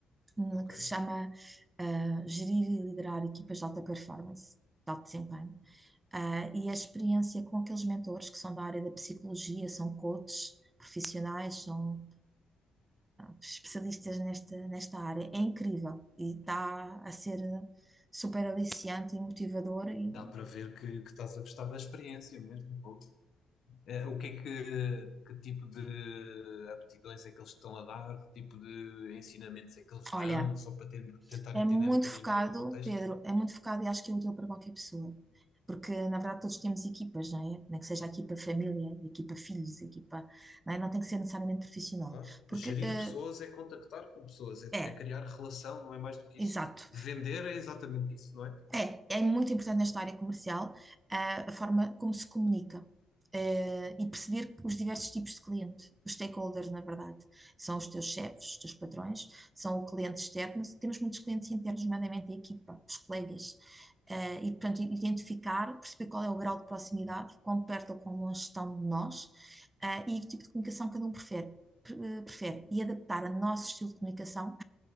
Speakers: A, on the right (about 20°); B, on the left (about 65°).
A: hum,
B: Ok.
A: que se chama ah, Gerir e Liderar Equipas de Alta Performance, de Alto Desempenho. Ah, e a experiência com aqueles mentores que são da área da psicologia, são coaches profissionais, são especialistas nesta, nesta área, é incrível e está a ser super aliciante e motivador. E,
B: Dá para ver que, que estás a gostar da experiência mesmo. pô. Eh, o que é que, que tipo de aptidões é que eles estão a dar? Que tipo de ensinamentos é que eles
A: olha,
B: dão? Só para ten- tentar
A: É
B: entender
A: muito
B: um bocadinho
A: focado,
B: melhor o contexto.
A: Pedro, é muito focado e acho que é útil para qualquer pessoa. Porque, na verdade, todos temos equipas, não é? Nem que seja a equipa família, a equipa filhos, a equipa. Não é? Não tem que ser necessariamente profissional.
B: Claro.
A: Porque,
B: Gerir
A: eh,
B: pessoas é contactar com pessoas, é,
A: é,
B: é criar relação, não é mais do que
A: exato.
B: isso. Vender é exatamente isso, não é?
A: É, é muito importante nesta área comercial, ah, a, forma como se comunica, eh, e perceber os diversos tipos de cliente, os stakeholders, na verdade. São os teus chefes, os teus patrões, são o cliente externo, mas temos muitos clientes internos, nomeadamente a equipa, os colegas. Eh, e, portanto, identificar, perceber qual é o grau de proximidade, quão perto ou quão longe estão de nós, ah, e que tipo de comunicação cada um prefere. pre- eh, Prefere e adaptar a nosso estilo de comunicação